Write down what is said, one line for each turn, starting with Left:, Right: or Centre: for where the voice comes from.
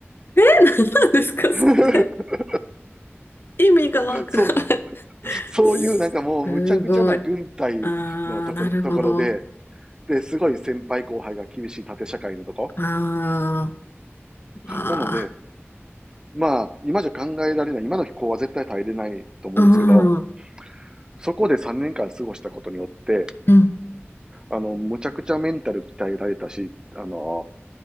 Left: <laughs> え、何なんですか、それ。
Right: <laughs>
Left: 意味がわかんない。
Right: そう、そういうなんかもうむちゃくちゃな軍隊のとこ、
Left: すごい。ああ、なるほど。
Right: ところで、で、すごい先輩後輩が厳しい縦社会のとこ。
Left: あーあ
Right: なので、まあ、今じゃ考えられない、今の子は絶対耐えれないと思うんですけど、
Left: ー、うん、う
Right: そこで3年間過ごしたことによって、
Left: ん、
Right: あの、むちゃくちゃメンタル鍛えられたし、あの、